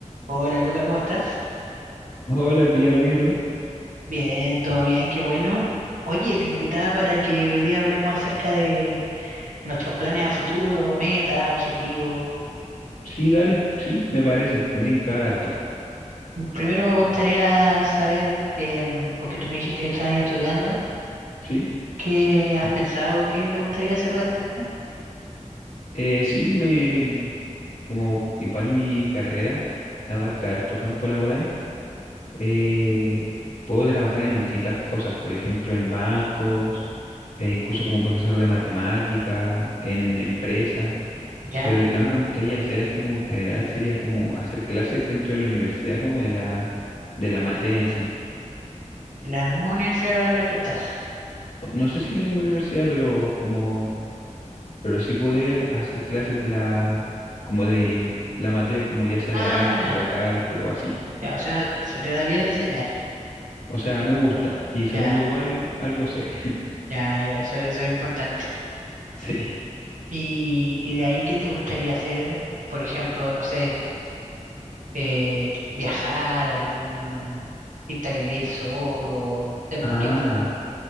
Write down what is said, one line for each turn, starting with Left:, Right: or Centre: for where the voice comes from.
Right: Hola Luca, ¿cómo estás?
Left: Hola Pilar, ¿bien y tú?
Right: Bien, todo bien, qué bueno. Oye, te invitaba para que hoy día hablemos acerca de nuestros planes a futuro, metas, objetivos.
Left: Sí, dale, sí, me parece, me tinca harto,
Right: Primero me gustaría saber, em, porque tú me dijiste que estabas estudiando,
Left: sí.
Right: ¿qué has pensado que te gustaría hacer después?
Left: Eh, sí, me, como igual mi carrera abarca harto campo laboral, eh, puedo trabajar en distintas cosas, por ejemplo, en bancos, eh, incluso como profesor de matemática, en empresas,
Right: ¿Ya?
Left: pero lo que más me gustaría hacer así como en general sería como hacer clases dentro de la universidad, como de la, de la materia en sí.
Right: ¿De la misma universidad en la que estás?
Left: O- No sé si en la misma universidad, pero como pero sí poder hacer clases de la, como de la materia como ya sea
Right: Ah,
Left: de álgebra, cálculo o así.
Right: ya, o sea, se te da bien enseñar.
Left: O sea, me gusta y según
Right: Ya,
Left: yo igual algo sé. <laughs>
Right: ya, ya, eso, eso es importante.
Left: Sí.
Right: Y, y de ahí, ¿qué te gustaría hacer? Por ejemplo, no sé. eh, viajar, algún irte a vivir solo, no sé, ¿por
Left: Ah,
Right: qué?